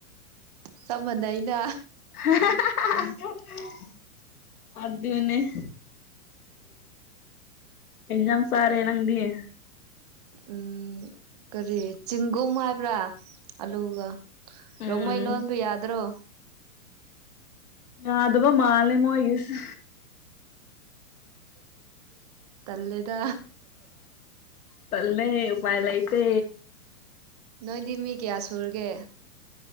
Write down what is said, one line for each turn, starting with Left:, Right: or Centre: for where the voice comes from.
Right: ꯆꯞ ꯃꯥꯟꯅꯩꯅ
Left: <inaudible> ꯑꯗꯨꯅꯦ <unintelligible> ꯍꯖꯥꯡ ꯁꯥꯔꯦ ꯅꯪꯗꯤꯦ
Right: ꯎ ꯀꯔꯤ ꯆꯤꯡꯒꯨꯝ ꯍꯥꯏꯕ꯭ꯔꯥ ꯑꯂꯨꯒ
Left: ꯎꯝ
Right: ꯔꯣꯡꯃꯩ ꯂꯣꯟꯕ ꯌꯥꯗ꯭ꯔꯣ
Left: ꯌꯥꯗꯕ ꯃꯥꯜꯂꯦ ꯃꯣꯏꯒꯤꯁꯨ
Right: ꯇꯜꯂꯦꯗ
Left: ꯇꯜꯂꯦ ꯎꯄꯥꯏ ꯂꯩꯇꯦ
Right: ꯅꯣꯏꯗꯤ ꯃꯤ ꯀꯌꯥ ꯁꯨꯔꯒꯦ